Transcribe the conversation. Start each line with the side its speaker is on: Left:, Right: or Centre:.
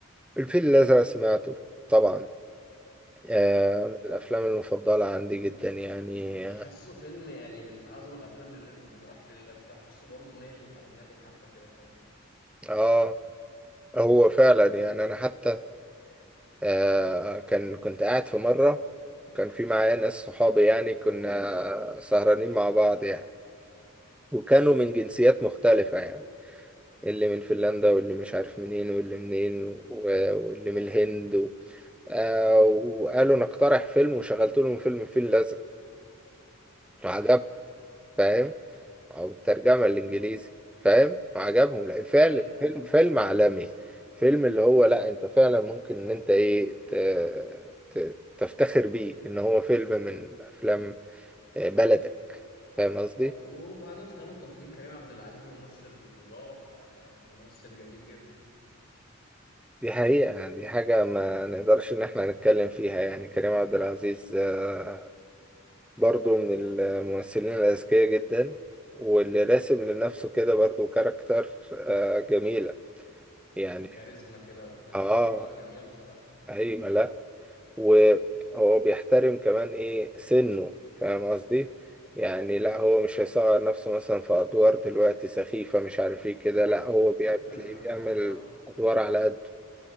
Centre: الفيل الازرق سمعته طبعا آه،
Left: مم.
Centre: من الأفلام المفضلة عندي جدا يعني
Left: حاسه فيلم يعني من أعظم الأفلام اللي نزلت بصراحة الفيل الأزرق حاسه برضه مايل للأجنبي حبة كده فاهم
Centre: آه هو فعلا يعني أنا حتى آه كان كنت قاعد في مرة كان في معايا ناس صحابي يعني كنا سهرانين مع بعض يعني وكانوا
Left: مم.
Centre: من جنسيات مختلفة يعني اللي من فنلندا واللي مش عارف منين واللي منين و- واللي من الهند و... آه وقالوا نقترح فيلم وشغلت لهم فيلم الفيل الأزرق عجب
Left: مم.
Centre: فاهم؟ او الترجمه الانجليزي فاهم وعجبهم لا فعلا
Left: ايوه
Centre: فيلم
Left: أيوة.
Centre: فيلم عالمي فيلم اللي هو لا انت فعلا ممكن ان انت ايه ت... ت... تفتخر بيه ان هو فيلم من افلام آه، بلدك فاهم قصدي
Left: آه، وبعدين خلينا متفقين كريم عبد العزيز ممثل رائع يعني ممثل جميل جدا
Centre: دي حقيقة يعني، دي حاجة ما نقدرش ان احنا نتكلم
Left: <clears throat>
Centre: فيها يعني كريم عبد العزيز آه، برضو من الممثلين الاذكياء جدا واللي
Left: مم.
Centre: راسم لنفسه كده برضو كاركتر آه، جميلة يعني
Left: وكاريزما كده وبتاع
Centre: اه
Left: لا هو جميل بصراحة
Centre: ايوه لا وهو بيحترم كمان ايه سنه فاهم قصدي يعني لا هو مش هيصغر نفسه مثلا في ادوار دلوقتي سخيفة مش عارف ايه كده لا هو
Left: على
Centre: بي-
Left: فكرة
Centre: بتلاقيه
Left: أنا
Centre: بيعمل
Left: آه
Centre: ادوار على قده